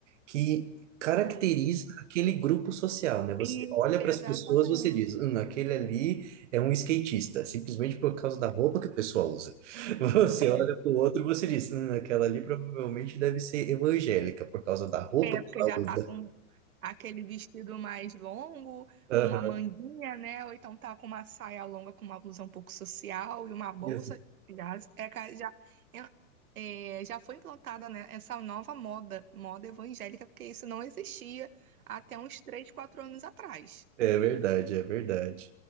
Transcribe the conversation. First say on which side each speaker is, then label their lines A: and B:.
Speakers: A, on the right; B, on the right.
A: Que, caracteriza aquele grupo social, né? Você
B: isso,
A: olha para
B: exatamente.
A: as pessoas, você diz, hum, aquele ali é um skatista, simplesmente por causa da roupa que o pessoal usa. <laughs> Você
B: É,
A: olha para o outro, você diz, hum, aquela ali provavelmente deve ser evangélica por causa da roupa
B: é
A: que
B: porque
A: ela
B: já
A: usa.
B: tá com Aquele vestido mais longo,
A: Aham.
B: com uma manguinha, né? Ou então tá com uma saia longa, com uma blusa um pouco social e uma bolsa.
A: isso.
B: Já, é, ca- já, é, é, já foi implantada, né, essa nova moda, moda evangélica, porque isso não existia até uns três, quatro anos atrás,
A: É verdade, é verdade.